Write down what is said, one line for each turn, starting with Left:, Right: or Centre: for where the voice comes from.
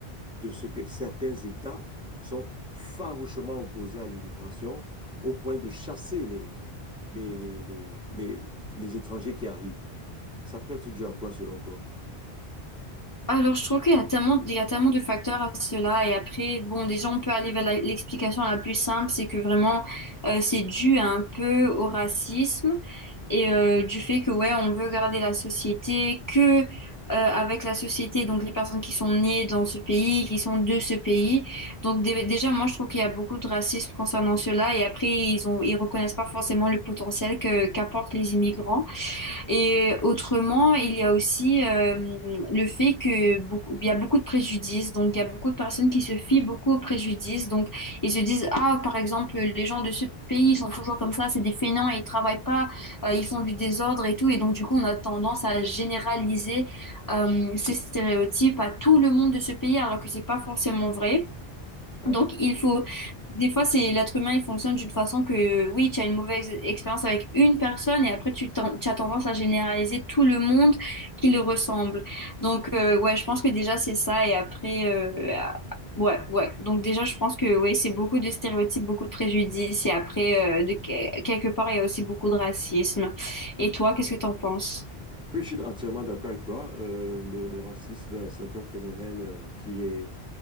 Centre: de ce que certains États sont farouchement opposés à l'immigration au point de chasser les, les, les, les, les les étrangers qui arrivent? Ça peut être dû à quoi selon toi?
Left: Alors, je trouve qu'il y a tellement, il y a tellement de facteurs à cela. Et après, bon, déjà, on peut aller vers la- l'explication la plus simple, c'est que vraiment, euh, c'est dû un peu au racisme et euh, du fait que, ouais, on veut garder la société, que euh, avec la société, donc les personnes qui sont nées dans ce pays, qui sont de ce pays. Donc, dé- déjà, moi, je trouve qu'il y a beaucoup de racisme concernant cela. Et après, ils ont, ils reconnaissent pas forcément le potentiel que, qu'apportent les immigrants. Et autrement, il y a aussi euh, le fait que beaucoup, il y a beaucoup de préjudices. Donc, il y a beaucoup de personnes qui se fient beaucoup aux préjudices. Donc, ils se disent, ah, par exemple, les gens de ce pays, ils sont toujours comme ça, c'est des fainéants et ils travaillent pas, euh, ils font du désordre et tout. Et donc, du coup, on a tendance à généraliser euh, ces stéréotypes à tout le monde de ce pays, alors que c'est pas forcément vrai.
Centre: Ouais.
Left: Donc, il faut. Des fois, c'est l'être humain, il fonctionne d'une façon que, oui, tu as une mauvaise expérience avec une personne et après, tu, ten- tu as tendance à généraliser tout le monde qui le ressemble. Donc, euh, ouais, je pense que déjà, c'est ça. Et après, euh, ah, ouais, ouais. Donc, déjà, je pense que, ouais, c'est beaucoup de stéréotypes, beaucoup de préjudices. Et après, euh, de, que- quelque part, il y a aussi beaucoup de racisme. Et toi, qu'est-ce que t'en penses?
Centre: Oui, je suis entièrement d'accord avec toi. Euh, le, le racisme, c'est un phénomène euh, qui est